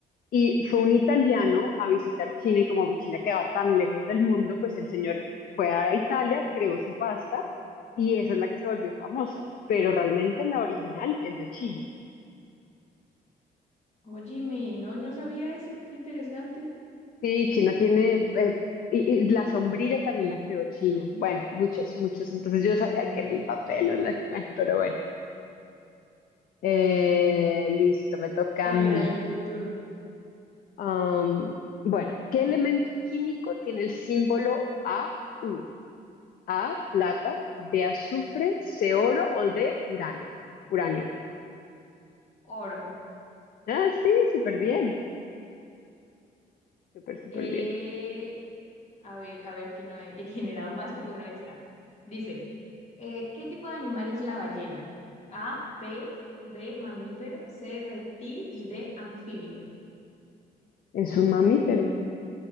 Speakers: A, on the left (about 55°); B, on the left (about 40°).
A: Y fue un italiano a visitar China y como China quedaba tan lejos del mundo, pues el señor fue a Italia, creó su pasta y esa es la que se volvió famosa. Pero realmente la original es de China.
B: óyeme, no, no sabía eso, qué interesante.
A: Sí, China tiene, eh, y, y la sombrilla también la creó China. Bueno, muchas, muchas. Entonces yo sabía que era el papel o la, bueno, pero bueno. Eh, listo, me toca
B: Dale,
A: a mí.
B: dale, tu turno.
A: Am, bueno, ¿qué elemento químico tiene el símbolo AU? A, plata, B, azufre, C, oro o D, urano. Uranio.
B: Oro.
A: Ah, sí, súper bien. Súper, súper
B: Eh,
A: bien.
B: a ver, a ver que no he, <laughs> he generado más, pero bueno, esta. Dice, eh, ¿qué tipo de animal es la ballena? A, pez, B, mamífero, C, reptil y D, anfibio.
A: Es un mamífero.